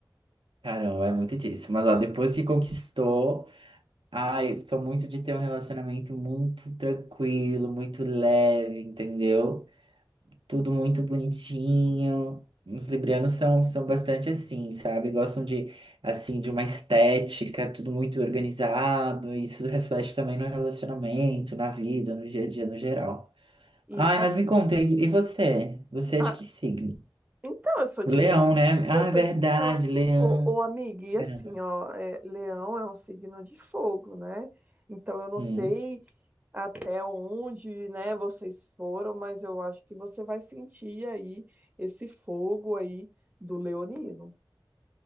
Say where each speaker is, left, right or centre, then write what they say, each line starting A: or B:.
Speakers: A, on the right; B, on the right.
A: Caramba, é muito disso. Mas ó, depois que conquistou, ai, eu sou muito de ter um relacionamento muito tranquilo, muito leve, entendeu? Tudo muito bonitinho. Os librianos são, são bastante assim, sabe? Gostam de, assim, de uma estética, tudo muito organizado. E isso reflete também no relacionamento, na vida, no dia a dia, no geral.
B: E
A: Ai,
B: as-
A: mas me conta, e e você? Você é
B: ah,
A: de que signo?
B: então, eu sou
A: O Leão, né? Ah,
B: Eu sou
A: é verdade,
B: de leão.
A: Leão.
B: Ô, ô amiga, e
A: Caramba.
B: assim, ó, é, leão é um signo de fogo, né? Então eu não
A: Hum,
B: sei até onde, né, vocês foram, mas eu acho que você vai sentir aí esse fogo aí do leonino.